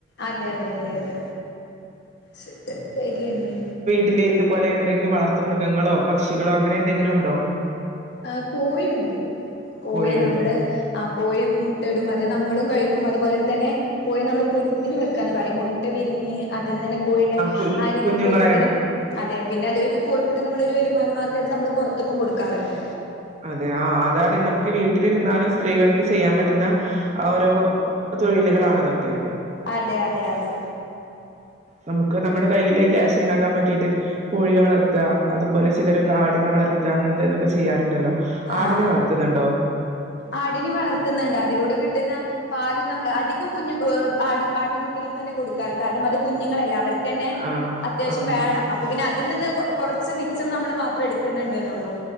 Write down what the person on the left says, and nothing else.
അതെ അതെ അതെ അതെ സെറ്റ് ശരിയന്നെ.
ആഹ്, കോയിയുണ്ട് കോയി
നമ്മള്. ആ കോയി മുട്ടടും അത് നമ്മളും കഴിക്കും അതുപോലെ തന്നെ കോയി നമ്മള് പൊരുത്തിന് വെക്കാന്ന് പറയും. മുട്ട വിരിഞ്ഞ് അതിന്നന്നെ കോഴിൻ്റെ
ആ രീതിയിൽ
പൊരുത്തിന് അതെ പിന്നെ അതൊരു കോഴിമുട്ട നമ്മളോരു വരുമാനമാർഗായിട്ട് നമ്മൾ പുറത്തേക്കും കൊടുക്കാറുണ്ട്.
അതെ അതെ അതെ
ആഹ്
ആടിനെ വളർത്തുന്നുണ്ട്. അതിലൂടെ കിട്ടുന്ന പാലും നമ്മള് അധികം കുഞ്ഞും ആ ആട്ടിൻകുട്ടികൾക്ക് തന്നെ കൊടുക്കാറ് കാരണം അത് കുഞ്ഞുങ്ങളല്ല അവർക് ക്കന്നെ
അത്യാവശ്യം
വേണം. അപ് അപ്പ പിന്നെ അതിൽ നിന്ന് കുറച്ച് മിച്ചം നമ്മൾ മാത്രം എടുക്കുന്നുണ്ട്ന്നുള്ളൂ.